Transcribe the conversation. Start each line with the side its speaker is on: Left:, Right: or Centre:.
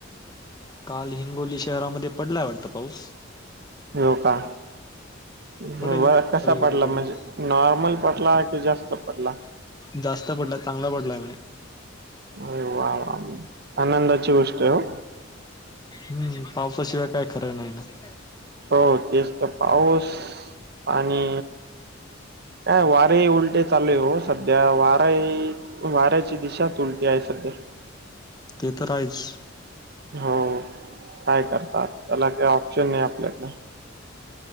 Left: काल हिंगोली शहरामध्ये पडलाय वाटतं पाऊस
Right: हो का.
Left: पडेल
Right: बर होय कसा
Left: सगळीकडे
Right: पडला
Left: पडेल
Right: म्हणजे नॉर्मल पडला की जास्त पडला
Left: जास्त पडला चांगला पडला म्हणे
Right: अरे वा वा आनंदाची गोष्ट आहे ओ
Left: हम्म पावसाशिवाय काय खरं नाही नाय
Right: हो तेच तर पाऊस पाणी हा वारे उल्टे चाले ओ सध्या वाऱा आहे वाऱ्याची दिशाच उलटी आहे सध्या
Left: ते तर आहेच.
Right: हो काय करतात त्याला काय ऑप्शन नाही आपल्याकडे